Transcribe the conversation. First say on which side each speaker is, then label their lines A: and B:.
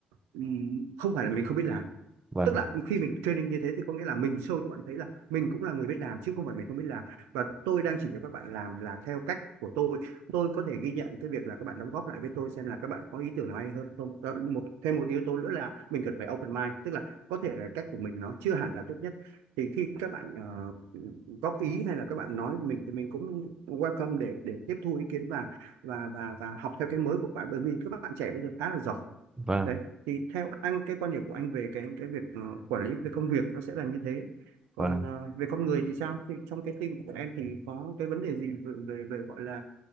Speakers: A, on the right (about 80°); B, on the right (about 20°).
A: ừm, không phải là mình không biết làm
B: vâng
A: tức là khi mình training như thế thì có nghĩa là mình show cho bạn thấy là mình cũng là người biết làm chứ không phải mình không biết làm và tôi đang chỉ cho các bạn làm là theo cách của tôi tôi có thể ghi nhận cái việc là các bạn đóng góp lại với tôi xem là các bạn có ý tưởng nào hay hơn không Đó, một thêm một yếu tố nữa là mình cần phải open mind tức là có thể là cách của mình nó chưa hẳn là tốt nhất thì khi các bạn ờ, góp ý hay là các bạn nói mình thì mình cũng welcome để để tiếp thu ý kiến và và và và học theo cái mới của các bạn bởi vì các bạn trẻ bây giờ khá là giỏi
B: vâng
A: đấy thì theo anh cái quan điểm của anh về cái cái việc ờ, quản lý về công việc nó sẽ là như thế còn
B: vâng
A: ờ, về con người thì sao thì trong cái team của em thì có cái vấn đề gì về về, về gọi là